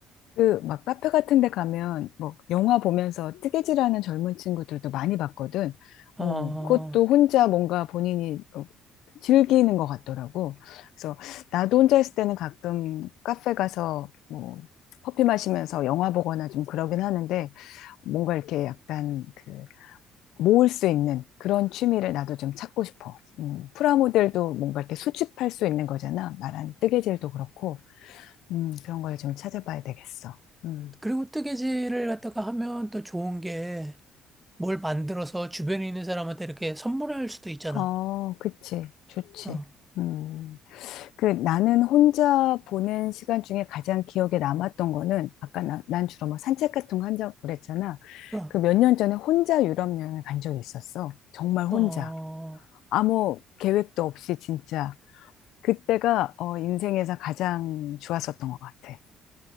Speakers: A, on the left; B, in the centre.
A: 그 막 카페 같은 데 가면 뭐 영화 보면서 뜨개질하는 젊은 친구들도 많이 봤거든.
B: 어,
A: 어, 그것도 혼자 뭔가 본인이 어, 즐기는 것 같더라고. 그래서 나도 혼자 있을 때는 가끔 카페 가서 뭐 커피 마시면서 영화 보거나 좀 그러긴 하는데 뭔가 이렇게 약간 그 모을 수 있는 그런 취미를 나도 좀 찾고 싶어. 음, 프라모델도 뭔가 이렇게 수집할 수 있는 거잖아. 말한 뜨개질도 그렇고. 음, 그런 걸 좀 찾아봐야 되겠어. 음.
B: 그리고 뜨개질을 갖다가 하면 또 좋은 게 뭘 만들어서 주변에 있는 사람한테 이렇게 선물할 수도 있잖아.
A: 어, 그치. 좋지.
B: 어,
A: 음. 그 나는 혼자 보낸 시간 중에 가장 기억에 남았던 거는 아까 나, 난 주로 막 산책 같은 거 한다고 그랬잖아.
B: 어,
A: 그 몇 년 전에 혼자 유럽 여행을 간 적이 있었어. 정말 혼자.
B: 어,
A: 아무 계획도 없이 진짜. 그때가 어, 인생에서 가장 좋았었던 것 같아.